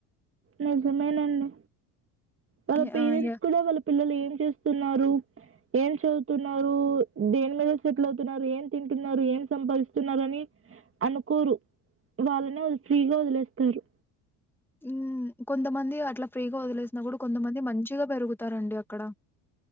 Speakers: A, on the right; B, in the centre.
A: నిజమేనండి వాళ్ళ
B: యాహ్!
A: పేరెంట్స్
B: ఆహ్, యాహ్!
A: కూడా వాళ్ళ పిల్లలు ఏం చేస్తున్నారు ఏం చదువుతున్నారు దేని మీద సెటిల్ అవుతున్నారు ఏం తింటున్నారు ఏం సంపాదిస్తున్నారు అని అనుకోరు వాళ్ళనే ఫ్రీగా వదిలేస్తారు
B: ఉ కొంతమంది అట్లా ఫ్రీగా వదిలేసినా కూడా కొంతమంది మంచిగా పెరుగుతారండి అక్కడ